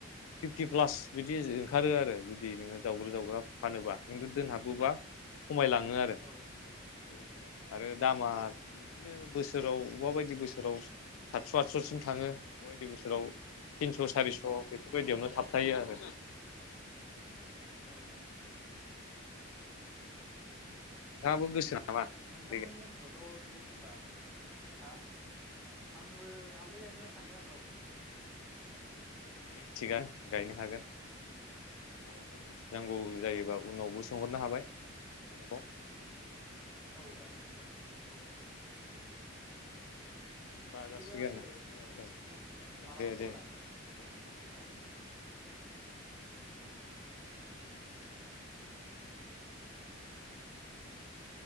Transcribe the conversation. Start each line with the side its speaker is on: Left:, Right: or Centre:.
Left: फिफटि प्लास बिदि ओंखारो आरो जुदि नोङो जावग्रो- जावग्रा फानोब्ला खिन्थु दोनहाबोबा खमायलाङो आरो
Centre: औ
Left: बेबायदि आरो आरो दामा
Centre: औ
Left: बिदिनो बोसोराव अबेबा बायदि बोसोराव सातस' आदस'सिम थाङो अबेबा बायदि बोसोराव थिनस' सारिस'
Centre: औ
Left: बेफोरबायदियावनो थाबथायो आरो
Centre: औ
Left: नोंथांहाबो गोसो नामा
Centre: नोंथांमोननि
Left: बे
Centre: ओनसोलावथ' बेबायदि होनबा हा आंबो हालदै गायनो सानदों औ
Left: दे थिगानो गायनो हागोन नांगौ जायोबा
Centre: औ औ नोंथां
Left: उनावबो
Centre: औ
Left: सोंहरनो हाबाय आरोबाव
Centre: औ जागोन नोंथा जागोन औ -औ
Left: होनबा
Centre: बिदिब्ला
Left: जासिगोन
Centre: दे
Left: ओ
Centre: नोंथां
Left: ओ
Centre: मालाबा
Left: दे
Centre: खबर
Left: दे
Centre: लाफिननोसै
Left: ओं दे जागोन
Centre: औ दे औ <unintelligible>